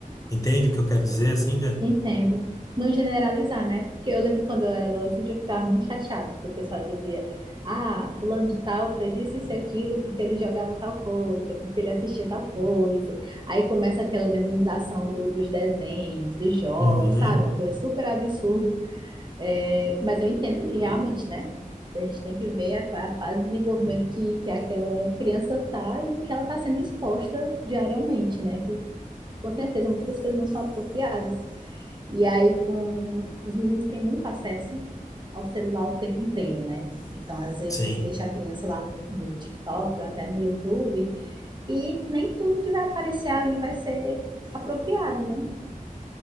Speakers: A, on the left; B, on the right.
A: Entende o que eu quero dizer, assim, Diana?
B: Entendo. Não generalizar, né? Porque eu lembro quando eu era adolescente, eu ficava muito chateada, porque o pessoal dizia, ah, fulano de tal fez isso, isso e aquilo, porque ele jogava tal coisa, porque ele assistia tal coisa. Aí começa aquela demonização do- dos desenhos, dos jogos,
A: Uhum,
B: sabe? Uma coisa super absurda. É, Mas eu entendo que realmente, né? A gente tem que ver a- qual é a fase de desenvolvimento que, que aquela criança tá e o que ela está sendo exposta diariamente, né? Que com certeza muitas coisas não são apropriadas. E aí, com... os meninos têm muito acesso ao celular o tempo inteiro, né? Então, às vezes,
A: sim,
B: deixa a criança lá no, no TikTok ou até no YouTube, e nem tudo que vai aparecer ali vai ser apropriado, né?